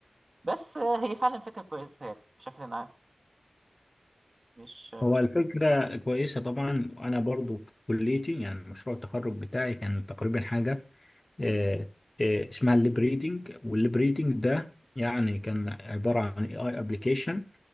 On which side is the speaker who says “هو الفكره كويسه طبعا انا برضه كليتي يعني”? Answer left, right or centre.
Left